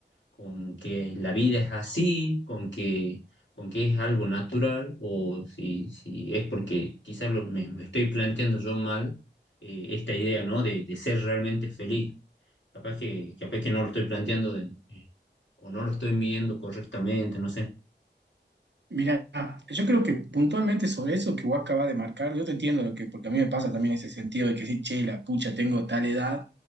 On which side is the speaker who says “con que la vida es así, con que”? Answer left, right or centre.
Left